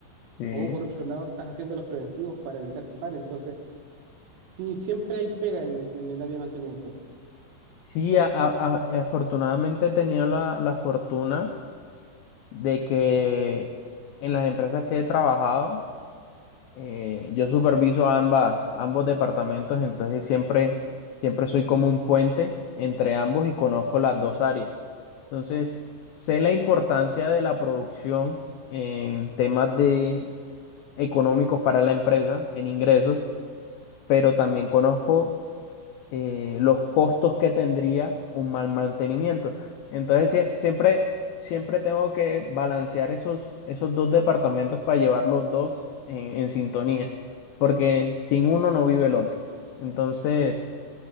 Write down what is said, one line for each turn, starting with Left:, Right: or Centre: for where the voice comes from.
Left: Sí.
Right: o por otro lado, estás haciendo los preventivos para evitar que pare. Entonces, sí, siempre hay pega en, en el área de mantenimiento.
Left: Sí, a- a- a- afortunadamente he tenido la, la fortuna de que en las empresas que he trabajado, Eh, yo superviso ambas, ambos departamentos, entonces siempre, siempre soy como un puente entre ambos y conozco las dos áreas. Entonces, sé la importancia de la producción en temas de económicos para la empresa, en ingresos, pero también conozco eh, los costos que tendría un mal mantenimiento. Entonces, sie- siempre, siempre tengo que balancear esos, esos dos departamentos para llevar los dos en, en sintonía, porque sin uno no vive el otro. Entonces,